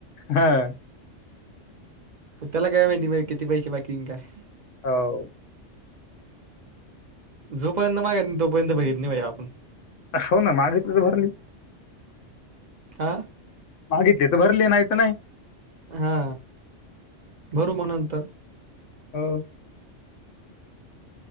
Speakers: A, on the left; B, on the right.
A: हा....
B: त्याला काय माहिती. म किती पैसे बाकि हायं काय.
A: होव....
B: जोपर्यंत मागत नाय, तोपर्यंत भरत नाय भाई आपण.
A: हो ना मागितले तर भरले.
B: आ....
A: मागितले तर भरले, नाही तर नाही.
B: हा... भरू मग नंतर.
A: हो...